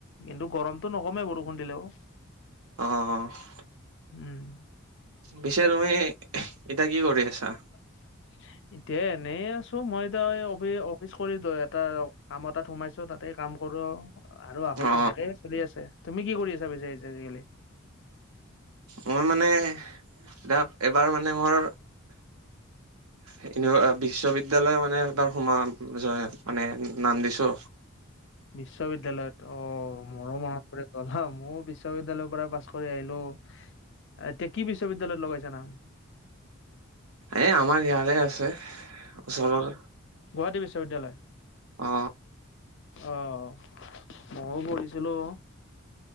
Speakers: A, on the left; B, on the right.
A: কিন্তু গৰমটো নকমে বৰষুণ দিলেও।
B: অ', অ'।
A: উম।
B: পিছে তুমি এতিয়া কি কৰি আছা?
A: <inaudible> এতিয়া এনেই আছো, মই এতিয়া অফিচ-অফিচ কৰি এটা কাম এতাত সোমাইছো। ত' তাতে কাম কৰো আৰু আহো
B: অ
A: এনেকে চলি আ, ছে তুমি কি কৰি আছা পিছে আজিকালি?
B: মই মানে, দা এবাৰ মানে মোৰ <unintelligible> বিশ্ববিদ্যালয় মানে এবাৰ সোমাম মানে নাম দিছো।
A: বিশ্ববিদ্যালয়ত অ' মোৰো মনত পৰি গ'ল ময়ো বিশ্ব বিশ্ববিদ্যালয়ৰ পৰা পাছ কৰি আহিলোঁ, এতিয়া কি বিশ্ববিদ্যালয়ত লগাইছা নাম?
B: এ, আমাৰ ইয়াৰে আছে ওচৰৰ।
A: গুৱাহাটী বিশ্ববিদ্যালয়।
B: অ
A: অ' ময়ো পঢ়িছিলোঁ